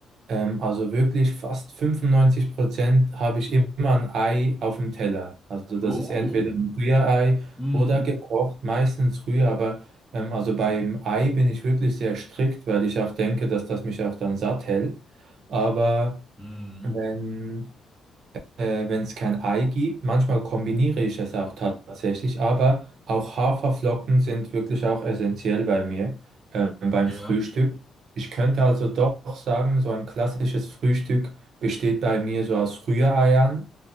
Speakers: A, on the right; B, in the centre.
A: ähm, also wirklich fast 95 Prozent habe ich immer ein Ei auf dem Teller. Also das
B: Oh.
A: ist entweder ein Rührei
B: Mhm.
A: oder gekocht, meistens Rührei, aber ähm, also beim Ei bin ich wirklich sehr strikt, weil ich auch denke, dass das mich auch dann satt hält. Aber
B: Mhm.
A: wenn äh, wenn es kein Ei gibt. Manchmal kombiniere ich es auch tatsächlich, aber auch Haferflocken sind wirklich auch essentiell bei mir, ähm, beim
B: Ja,
A: Frühstück. Ich könnte also doch sagen, so ein klassisches Frühstück besteht bei mir so aus Rühreiern